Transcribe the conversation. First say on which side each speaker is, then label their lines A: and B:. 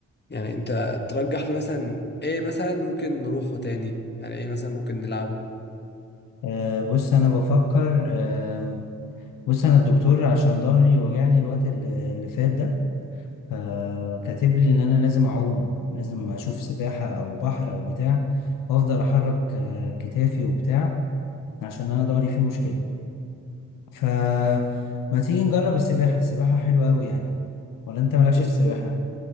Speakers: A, on the left; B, on the left.
A: يعني انت ترجح لي مثلا ايه مثلا ممكن نروحه تاني يعني ايه مثلا ممكن نلعبه
B: آه، بص انا بفكر آم، بص انا الدكتور عشان ظهري وجعني الوقت اللي اللي فات ده فكاتب لي ان انا لازم اعوم لازم اشوف سباحة او بحر او بتاع وافضل احرك آه، كتافي وبتاع عشان انا ضهري فيه مشكلة ف ما تيجي نجرب السباحة السباحة حلوة أوي يعني ولا أنت مالكش
A: بص
B: في السباحة؟